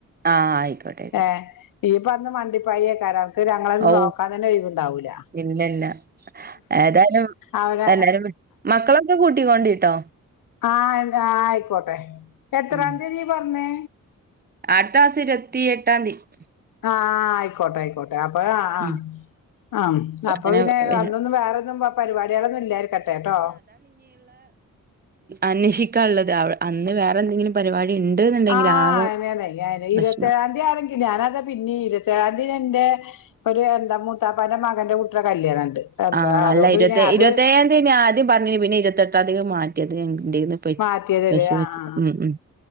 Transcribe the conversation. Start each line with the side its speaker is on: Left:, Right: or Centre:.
Right: ആഹ് ആയി. ആയിക്കോട്ടെ ആയിക്കോട്ടെ
Left: ഏ ഇയ്യ്പ്പ അന്ന് മണ്ടിപ്പായേക്കാരം അനക്ക് ഞങ്ങളൊന്നും
Right: ഔ
Left: നോക്കാൻ തന്നെ ഒഴിവുണ്ടാവൂല
Right: ഇല്ലല്ല. ഏതായാലും
Left: അവനെ
Right: എല്ലാരും മക്കളൊക്കെ കൂട്ടിക്കൊണ്ടീട്ടോ.
Left: ആഹ് ആഹ് ആയിക്കോട്ടെ. എത്രാം
Right: ഉം
Left: തീയതി പറഞ്ഞേ
Right: അടുത്ത മാസം ഇരുപത്തി എട്ടാം തിയ്യതി.
Left: ആഹ് ആയിക്കോട്ടെ ആയിക്കോട്ടെ അപ്പൊ ആഹ്.
Right: ഉം
Left: ആഹ് അപ്പൊ
Right: അങ്ങനെ
Left: പിന്നെ അന്നൊന്നും വേറെന്നും പരിപാടികളൊന്നും ഇല്ലായിരിക്കട്ടെട്ടോ.
Right: അന്വേഷിക്കാനുള്ളത് അന്ന് വേറെ എന്തെങ്കിലും പരിപാടി. ഇണ്ട്ന്നുണ്ടെങ്കിൽ
Left: ആഹ്
Right: ആകെ
Left: അയിനല്ലെ
Right: പ്രശ്നം
Left: ഇരുപത്തി ഏഴാം തീയ്യതി ആണെങ്കില് ഞാനതാ പിന്നെ ഇരുപത്തേഴാം തീയ്യതി എന്റെ. ഒരു എന്താ മൂത്താപ്പാന്റെ മകന്റെ കൂട്ടിടെ കല്യാണം. എന്താ
Right: ആഹ്
Left: അതുകൊണ്ട്
Right: അല്ല ഇരുപത്തി
Left: പിന്നെ
Right: ഏഴാം
Left: അത്
Right: തീയതി ഞാൻ ആദ്യം പറഞ്ഞന് പിന്നെ ഇരുപത്തെട്ടാം തീയതിക്ക് മാറ്റിയത്. എന്റെന്ന് പ
Left: മാറ്റിയലേ
Right: പക്ഷെ
Left: ആഹ്
Right: പറ്റി ഉം ഉം